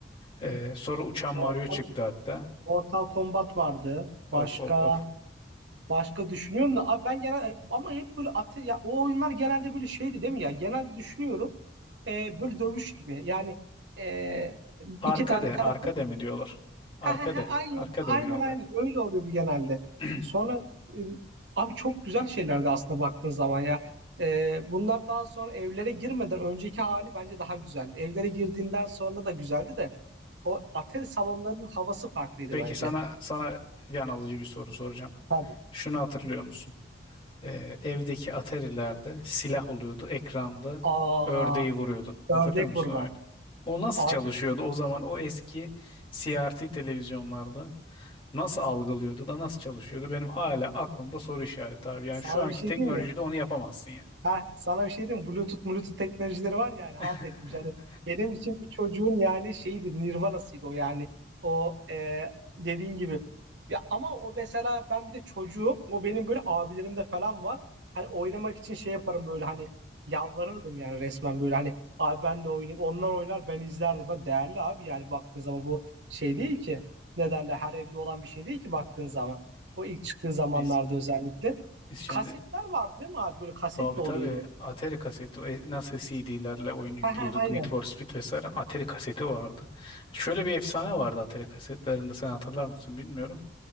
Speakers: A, on the left; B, on the right.
A: Ee, sonra Uçan
B: Mortal,
A: Mario çıktı hatta.
B: Mortal Kombat vardı.
A: Of
B: Başka
A: of of.
B: Başka düşünüyorum da abi ben genel ama hep böyle ate, ya o oyunlar genelde böyle şeydi değil mi ya? Genelde düşünüyorum e, böyle dövüş gibi. Yani e,
A: Arkade,
B: iki tane tarafı
A: arkade mi diyorlar? Arkade,
B: ha ha ha aynen
A: arkade
B: aynen
A: oyunu oluyor.
B: aynen öyle oluyordu genelde.
A: <clears throat>
B: Sonra e, abi çok güzel şeylerdi aslında baktığın zaman ya. E, bunlar daha sonra evlere girmeden önceki hali bence daha güzel. Evlere girdiğinden sonra da güzeldi de o atari salonlarının havası farklıydı
A: Peki
B: bence.
A: sana sana can alıcı bir soru soracağım.
B: Tabii.
A: Şunu hatırlıyor musun? Ee, evdeki Atari'lerde silah oluyordu. Ekranda
B: Aa,
A: ördeği vuruyordun. Hatırlıyor
B: ördek
A: musun
B: vurma.
A: o oyunu? O nasıl
B: Abi
A: çalışıyordu o zaman o eski CRT televizyonlarda? nasıl algılıyordu da nasıl çalışıyordu benim hala aklımda soru işareti abi. Yani
B: Sana
A: şu anki
B: bir şey
A: teknolojide
B: diyeyim mi?
A: onu yapamazsın yani.
B: Ha, sana bir şey diyeyim mi? Bluetooth, Bluetooth teknolojileri var yani
A: <laughs>
B: halt etmiş. Yani benim için bir çocuğun yani şeydi, Nirvana'sıydı o yani. O e, dediğin gibi. Ya, ama o mesela ben bir de çocuğum. O benim böyle abilerimde falan var. Hani oynamak için şey yaparım böyle hani yalvarırdım yani resmen böyle hani abi ben de oynayayım. Onlar oynar ben izlerdim. Ha, değerli abi yani baktığın zaman bu şey değil ki. Ne derler her evde olan bir şey değil ki baktığın zaman. O ilk çıktığı zamanlarda
A: Biz
B: özellikle.
A: biz şimdi
B: Kasetler vardı değil mi abi? Böyle kasetle
A: tabii tabii
B: oluyordu.
A: Atari kaseti e, nasıl CD'lerle oyun yüklüyorduk
B: Ha ha aynen.
A: Need for Speed vesaire Atari kaseti vardı. Şöyle bir efsane vardı Atari kasetlerinde sen hatırlar mısın bilmiyorum.